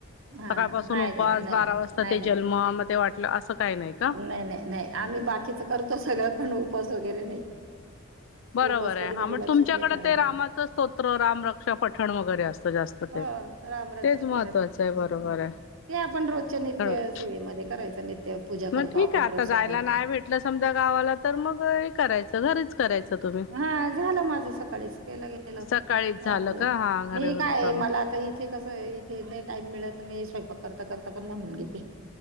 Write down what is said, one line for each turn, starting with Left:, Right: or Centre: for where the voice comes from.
Right: हा
Left: सकाळपासून
Right: नाही
Left: उपवास
Right: नाही नाही
Left: बारा वाजता
Right: नाही
Left: ते
Right: नाही
Left: जन्म, म ते वाटलं असं काही नाही का?
Right: नाही नाही, नाही आम्ही बाकीच करतो सगळ पण उपवास वगैरे नाही.
Left: बरोबर
Right: उपवास
Left: आहे,
Right: कधी कधी
Left: हा म
Right: लक्षातही
Left: तुमच्याकडे
Right: नाही राहता
Left: ते रामाचं स्तोत्र रामरक्षा पठण वगैरे असतं जास्त.
Right: हा,
Left: ते
Right: रामरक्षा
Left: तेच महत्त्वाचं
Right: पठण, हम्म
Left: आहे बरोबर
Right: ते आपण रोजच्या नित्यसेवेत
Left: आहे
Right: मध्ये करायच नित्य. पूजा
Left: मग
Right: करतो
Left: ठीक
Right: आपण
Left: आहे, आता
Right: रोज
Left: जायला
Right: सकाळी
Left: नाही भेटलं समजा गावाला तर मग हे करायचं. घरीच करायचं तुम्ही.
Right: हा झालं माझ सकाळीच केलं गेलं,
Left: सकाळीच
Right: <inaudible>
Left: झालं का हा
Right: मी
Left: घरी
Right: काय
Left: करून
Right: मला आता ही इथे कसं आहे, इथे नाही टाइम मिळत मी स्वयंपाक करता करता पण म्हणून घेते.